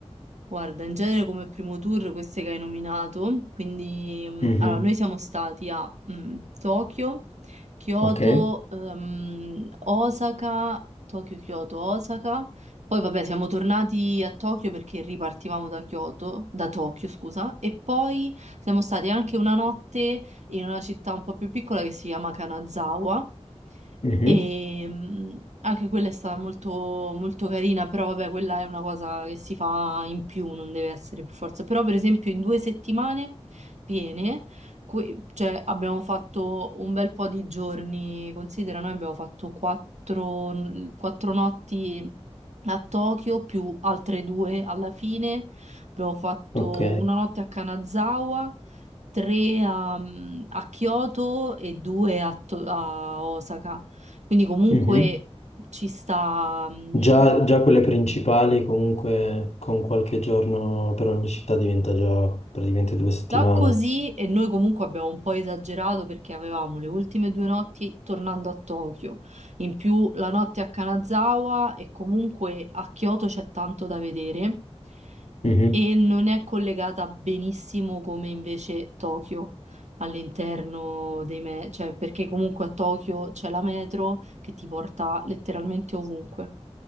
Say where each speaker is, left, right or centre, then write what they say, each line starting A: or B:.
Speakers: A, on the right; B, on the left.
A: guarda, in genere come primo tour queste che hai nominato, quindi mm,
B: Mhm.
A: allora, noi siamo stati a mm, Tokyo, Kyoto,
B: Ok,
A: ehm, Osaka, Tokyo, Kyoto, Osaka, poi vabbè siamo tornati a Tokyo perché ripartivamo da Kyoto, da Tokyo scusa, e poi siamo stati anche una notte in una città un po' più piccola che si chiama Kanazawa.
B: mhm,
A: E mh, anche quella è stata molto, molto carina, però vabbè, quella è una cosa che si fa in più, non deve essere per forza. Però, per esempio, in due settimane piene, que- cioè, abbiamo fatto un bel po' di giorni, considera, noi abbiamo fatto quattro, quattro notti a Tokyo, più altre due alla fine. Abbiamo fatto
B: ok,
A: una notte a Kanazawa, tre a, mm, a Kyoto e due a To- a Osaka. Quindi comunque
B: mhm.
A: ci sta mh,
B: Già, già quelle principali comunque con qualche giorno per ogni città diventa già praticamente due settimane.
A: già così e noi comunque abbiamo un po' esagerato perché avevamo le ultime due notti tornando a Tokyo, in più la notte a Kanazawa e comunque a Kyoto c'è tanto da vedere
B: Mhm,
A: e non è collegata benissimo come invece Tokyo all'interno dei me, cioè perché comunque a Tokyo c'è la metro che ti porta letteralmente ovunque.